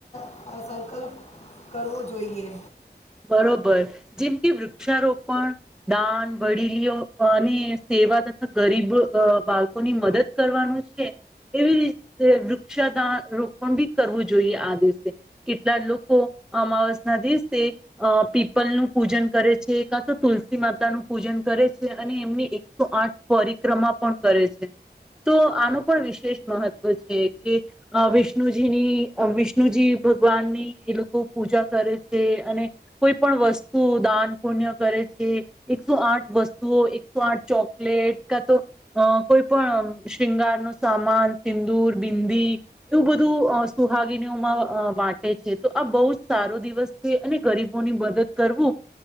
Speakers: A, on the left; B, in the centre.
A: અ સંકલ્પ કરવો જોઈએ
B: બરોબર જેમ કે વૃક્ષારોપણ દાન વડીલીઓ અને સેવા તથા ગરીબ બાળકોની મદદ કરવાનું છે એવી રીતે વૃક્ષા દાન રોપણ બી કરવું જોઈએ આ દિવસે કેટલા લોકો અમાવસના દિવસે અ પીપલનું પૂજન કરે છે કા તો તુલસી માતાનુંું પૂજન કરે છે અને એમની એકસો આઠ પરિક્રમા પણ કરે છે તો આનો પણ વિશેષ મહત્ત્વ છે કે વિષ્ણુજીની વિષ્ણુજી ભગવાનની એ લોકો પૂજા કરે છે અને કોઈ પણ વસ્તુ દાન પુણ્ય કરે છે એકસો આઠ વસ્તુઓ એકસો આઠ ચોકલેટ કા તો અ કોઈ પણ શૃંગાર ન સામાન સિંદુર બિંદી એવું બધું સુહાગીનીઓમાં વાંટે છે તો આ બહુ જ સારો દિવસ છે અને ગરીબ ની મદદ કરવું